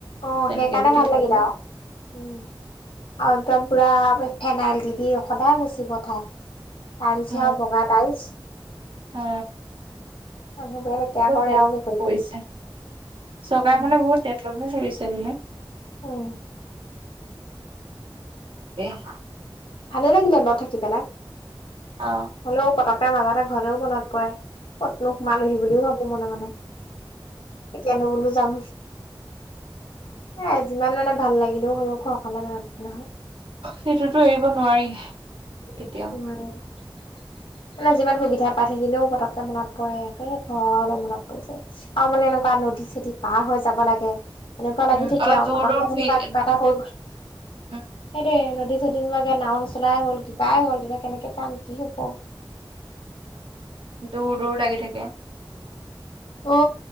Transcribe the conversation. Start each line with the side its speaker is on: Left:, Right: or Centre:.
Left: অ',
Right: তেনেকে
Left: সেইকাৰণে
Right: যদি
Left: ভাল
Right: কৰে
Left: লাগিলে আৰু আৰু একদম পুৰা ফেনাইল। দি দি সদায় মুচি পঠাই। টাইলচ্
Right: অ
Left: হে আও বগা টাইলছ্।
Right: অ
Left: মানুহ বোৰে লেতেৰা
Right: বহুত
Left: কৰে
Right: ডেভলপ
Left: আও কি কৰিবা।
Right: কৰিছে চৰকাৰখনে
Left: উম
Right: বহুত ডেবলভো কৰিছে বোলে।
Left: উম
Right: <unintelligible>
Left: ভালে লাগিলে বাউ থাকি পেলাই,
Right: অ
Left: হ'লেও পতক তাই মাজতে এটা ঘৰেও মনত পৰে। ক'তনো সোমালহি বুলিও ভাবো মনে মনে, এতিয়া নো বোলো যাম, এ যিমান মানে ভাল লাগিলেও হও ঘৰ খনলে মনত পৰে নহয়।
Right: সেইটোতো এৰিব নোৱাৰি। কেতিয়াও
Left: <unintelligible> তুমি যিমান সুবিধা পাই থাকিলেও পতকে মনত পৰে, একে ঘৰলৈ মনত পৰিছে, আৰু মানে এনেকুৱা নদী চদী পাৰ হৈ যাব লাগে। এনেকুৱা লাগি
Right: উম
Left: থাকে
Right: অলপ
Left: আৰু
Right: দূৰ
Left: পতককে
Right: দূৰ
Left: তেনেকুৱা
Right: ফি-
Left: কিবা এটা হৈ গ'ল,
Right: উম,
Left: সেইটোয়ে <unintelligible> নাওঁ নচলাই হ'ল কি তাই হল, তেতিয়া কেনেকে চাম কি হব?
Right: দূৰ দূৰ লাগি থাকে।
Left: অ